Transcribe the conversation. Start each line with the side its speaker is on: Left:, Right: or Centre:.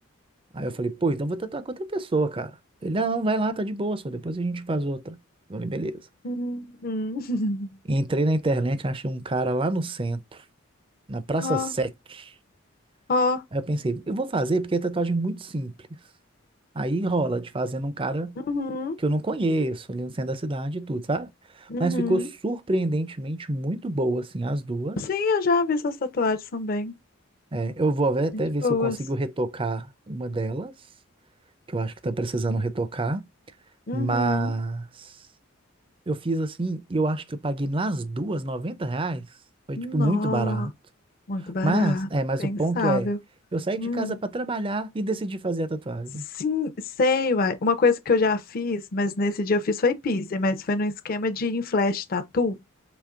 Right: Aí eu falei, pô, então vou tatuar com outra pessoa, cara. Ele, não, não, vai lá, tá de boa, só depois a gente faz outra. Eu falei, beleza.
Left: Uhum. <laughs>
Right: Entrei na internet, achei um cara lá no centro. na Praça
Left: Ó,
Right: Sete,
Left: ó.
Right: Aí eu pensei, eu vou fazer porque é tatuagem muito simples. Aí rola de fazer num cara
Left: Uhum.
Right: que eu não conheço, ali no centro da cidade e tudo, sabe?
Left: Uhum.
Right: Mas ficou surpreendentemente muito boa, assim, as duas.
Left: Sim, eu já vi essas tatuagens também.
Right: É, eu vou ver- até
Left: Gente
Right: ver
Left: boas.
Right: se eu consigo retocar uma delas, que eu acho que tá precisando retocar.
Left: Uhum.
Right: Mas eu fiz assim, e eu acho que eu paguei nas duas 90 reais. Foi,
Left: Nossa.
Right: tipo, muito barato.
Left: Muito barato,
Right: Mas, é,
Left: impensável.
Right: mas o ponto é, eu saí
Left: Hum,
Right: de casa para trabalhar e decidi fazer a tatuagem.
Left: sim, sei, uai. Uma coisa que eu já fiz, mas nesse dia eu fiz foi piercing, mas foi num esquema de em flash tattoo. Não